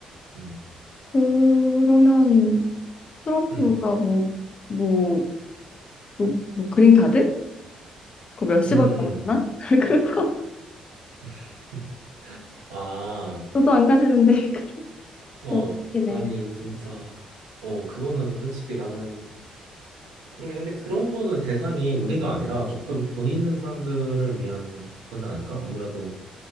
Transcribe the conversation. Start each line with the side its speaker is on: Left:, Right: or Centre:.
Right: 음,
Left: 그러면 트럼프가
Right: 음,
Left: 뭐 뭐 뭐 뭐 그린카드? 그거 몇십억
Right: 음, 음.
Left: 남았나? <laughs> 그거
Right: <laughs> 아,
Left: 저도 안 가지는데 <laughs>
Right: 어,
Left: 너무 웃기네.
Right: 아니, 진짜. 어, 그거는 솔직히 나는, 그러게, 근데 그런 거는 대상이 우리가 아니라 조금 돈 있는 사람들을 위한 거지 않을까? 아무래도